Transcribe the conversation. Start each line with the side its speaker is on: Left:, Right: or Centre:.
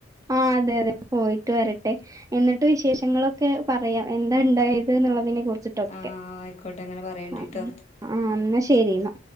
Right: ആഹ് അതെ അതെ പോയിട്ട് വര ട്ടെ. എന്നിട്ട് വിശേഷങ്ങളൊക്കെ പറയാം എന്താ ഇണ്ടായത് ന്ന്ള്ളതിനെ കുർച് ട്ടൊക്കെ
Left: ആ ആയിക്കോട്ടെ അങ്ങനെ പറയണ്ടിട്ടോ
Right: ആഹ്വ ആഹ് ന്നാ ശരീന്നാ.